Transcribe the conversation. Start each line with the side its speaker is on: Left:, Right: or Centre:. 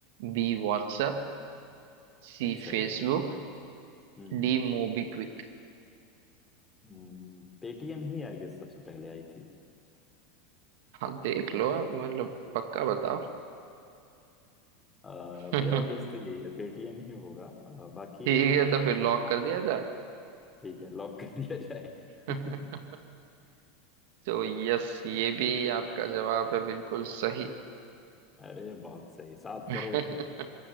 Right: B WhatsApp C
Left: अच्छा
Right: Facebook
Left: हम्म
Right: D MobiKwik
Left: हम्म, पेटीएम ही आई गेस सबसे पहले आई थी
Right: हाँ देख लो आप मतलब पक्का बताओ <laughs>
Left: अ,
Right: ठीक
Left: मेरा गेस तो यही है पेटीएम ही होगा अ, बाकी
Right: है तो फिर लॉक कर दिया जाए
Left: ठीक है लॉक कर दिया जाए
Right: <laughs>
Left: <laughs>
Right: तो यस ये भी आपका जवाब है बिल्कुल सही
Left: अरे बहुत सही सात
Right: <laughs>
Left: करोड़